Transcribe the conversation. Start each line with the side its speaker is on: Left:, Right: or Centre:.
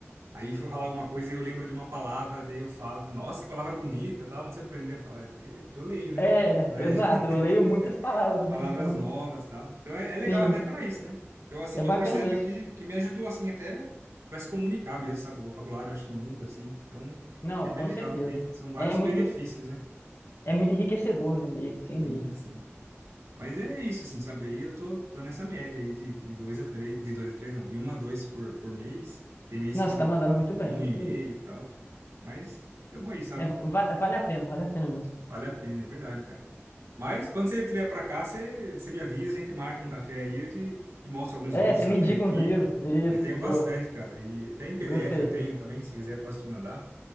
Right: Aí foi falar alguma coisa e eu lembro de uma palavra, daí eu falo, eu falo, nossa, que palavra bonita, tal, onde você aprendeu a falar? É porque, porque eu leio, né?
Left: É,
Right: Daí,
Left: exato. Eu leio muitas
Right: <laughs>
Left: palavras,
Right: palavras
Left: né? Então,
Right: novas, tal. Então é, é legal
Left: sim,
Right: até para isso, né? Então assim,
Left: é bacana
Right: eu percebo
Left: mesmo.
Right: que que me ajudou assim até para se comunicar mesmo, sabe? O vocabulário eu acho que muda assim. Então
Left: Não,
Right: é
Left: com
Right: bem legal,
Left: certeza.
Right: tem, são vários
Left: É muito.
Right: benefícios, né?
Left: É muito enriquecedor, né, ler, sem
Right: Sim,
Left: dúvida.
Right: sim. Mas é isso, assim, sabe? Aí eu tô, tô nessa média aí de, de dois a três, de dois a três não, de um a dois por, por mês. Tem mês
Left: Nossa,
Right: que
Left: tá mandando muito bem.
Right: um e
Left: Que
Right: meio
Left: isso.
Right: e tal. Mas tamo aí, sabe?
Left: É, va- vale a pena, vale a pena mesmo.
Right: Vale a pena, é verdade, cara. Mas quando você estiver pra cá, você, você me avisa, a gente marca um café aí, eu te, te mostro alguns
Left: É,
Right: livros
Left: você
Right: que
Left: me
Right: eu
Left: indica
Right: tenho aqui.
Left: uns livros. Isso,
Right: Eu tenho
Left: boa.
Right: bastante, cara. E até em PDF
Left: Gostei.
Right: eu tenho também, se quiser posso te mandar.